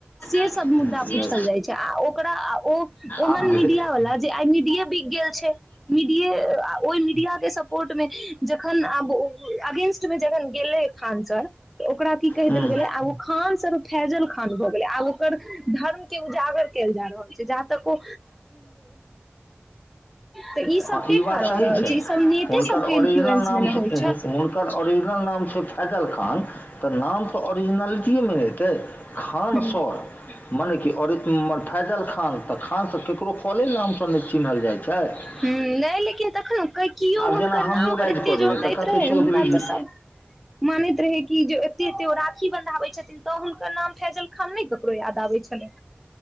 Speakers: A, in the centre; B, on the left.
A: सेसभ
B: नहि
A: मुद्दा पूछल जाइत छै आ ओकरा ओ ओहन
B: आब भे
A: मीडियावला
B: आ
A: जे आइ मीडियए बिक गेल छै मीडियए आ ओहि मीडियाके सपोर्टमे जखन आब अगेंस्ट मे जखन गेले खान सर त' ओकरा की कहि
B: हूँ
A: देल गेले आब ओ खान सर फैजल खान भ आब ओकर धर्मके उजागर कैल जा रहल छै जा तक ओ तऽ ई सब
B: हँ
A: के
B: बात
A: करबा
B: सही
A: रहल छै ई सब नेते
B: हुनकर
A: सबके इन्फ्लुएंस
B: ओरिजिनल नाम
A: मे ने
B: छै
A: होइ
B: हुनकर ओरिजिनल नाम छै फैजल खान तऽ नाम तऽ ओरिजिनलिटिएमे एतै खान
A: ह
B: सर मने कि और फैजल खान तऽ खानसँ ककरो कले नामसँ नहि चिन्हल जाइ छथि
A: हुं नै लेकिन तखनो कैकियो हुनकर
B: जेना हमहूँ
A: नाम पर
B: राइज
A: एते
B: कऽ
A: जोर
B: देबै तऽ
A: दैत
B: कहतै
A: रहे
B: चौधरीजी
A: हुनका त सब मानैत रहे कि जे एते एते राखी बना होइ छथिन तऽ हुनकर नाम फैजल खान नइ ओकरो याद आबै छलइ